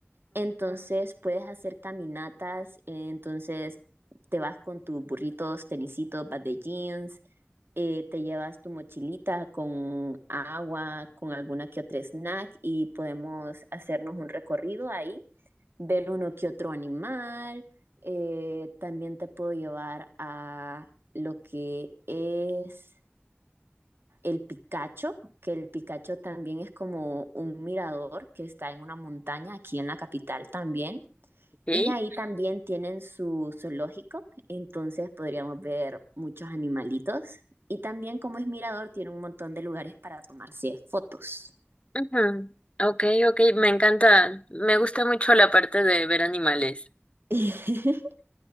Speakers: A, on the right (about 60°); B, on the left (about 25°).
A: Entonces puedes hacer caminatas, eh, entonces te vas con tus burritos, tenisitos, vas de jeans, eh, te llevas tu mochilita con agua, con alguna que otra snack y podemos hacernos un recorrido ahí, ver uno que otro animal. Eh, también te puedo llevar a lo que es el Picacho, que el Picacho también es como un mirador que está en una montaña aquí en la capital también.
B: ok.
A: Y ahí también tienen su zoológico, entonces podríamos ver muchos animalitos. Y también como es mirador, tiene un montón de lugares para tomarse fotos.
B: Ajá, ok, ok, me encanta. Me gusta mucho la parte de ver animales.
A: <laughs>